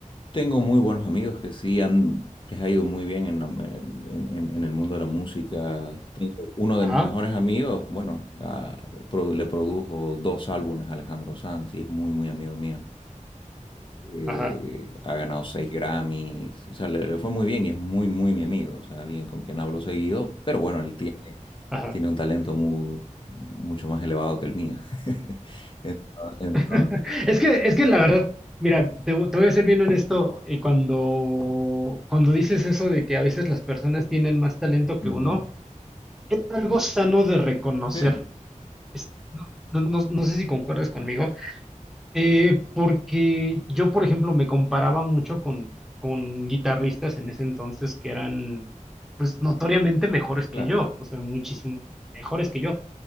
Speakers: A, on the left; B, in the centre.
A: tengo muy buenos amigos que sí han, les ha ido muy bien en, la en- en- en el mundo de la música. Tengo uno de
B: Ajá,
A: mis mejores amigos, bueno, ah, pro- le produjo dos álbumes a Alejandro Sanz y es muy, muy amigo mío. Eh,
B: ajá,
A: ha ganado seis Grammys, o sea, le, le fue muy bien y es muy, muy mi amigo, o sea, alguien con quien hablo seguido, pero bueno, el tiempo
B: ajá.
A: tiene un talento mu- mucho más elevado que el mío. <laughs> Entonces,
B: <laughs> Es que, es que la verdad, mira, te, vo- te voy a ser bien honesto, eh, cuando, cuando dices eso de que a veces las personas tienen más talento que
A: ujú.
B: uno, algo sano de reconocer.
A: Sí,
B: Es- no, no- no- no sé si concuerdas conmigo, eh, porque yo, por ejemplo, me comparaba mucho con, con guitarristas en ese entonces que eran, pues, notoriamente mejores que
A: claro,
B: yo, o sea, muchísimo mejores que yo.